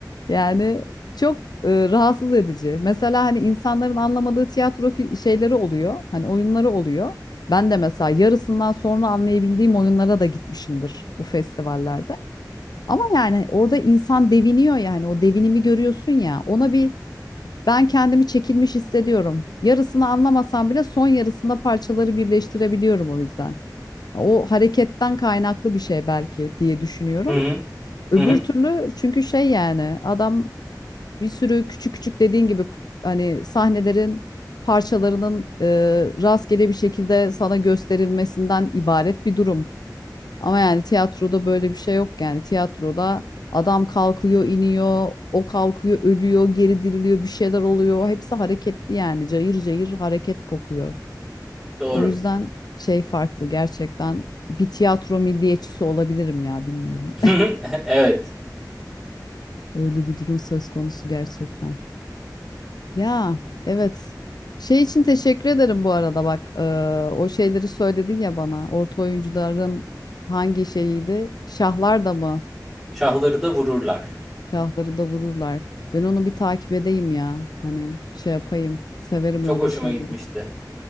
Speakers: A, on the left; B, in the centre.
A: Yani çok e, rahatsız edici. Mesela hani insanların anlamadığı tiyatro fi- şeyleri oluyor. Hani oyunları oluyor. Ben de mesela yarısından sonra anlayabildiğim oyunlara da gitmişimdir bu festivallerde. Ama yani orada insan deviniyor yani o devinimi görüyorsun ya ona bir ben kendimi çekilmiş hissediyorum. Yarısını anlamasam bile son yarısında parçaları birleştirebiliyorum o yüzden. O hareketten kaynaklı bir şey belki diye düşünüyorum.
B: Hı hı.
A: Öbür
B: Hı hı.
A: türlü çünkü şey yani adam bir sürü küçük küçük dediğin gibi p- hani sahnelerin parçalarının e, rastgele bir şekilde sana gösterilmesinden ibaret bir durum. Ama yani tiyatroda böyle bir şey yok yani. Tiyatroda adam kalkıyor, iniyor, o kalkıyor, ölüyor, geri diriliyor, bir şeyler oluyor. Hepsi hareketli yani. Cayır cayır hareket kokuyor.
B: Doğru.
A: O yüzden şey farklı gerçekten. Bir tiyatro milliyetçisi olabilirim ya bilmiyorum.
B: <laughs> Evet.
A: <laughs> Öyle bir durum söz konusu gerçekten. Ya evet. Şey için teşekkür ederim bu arada bak. eee, o şeyleri söyledin ya bana. Orta oyuncuların hangi şeyiydi? Şahlar da mı?
B: Şahları da vururlar.
A: Şahları da vururlar. Ben onu bir takip edeyim ya. Hani şey yapayım. Severim
B: Çok
A: öyle
B: hoşuma
A: şeyleri.
B: gitmişti.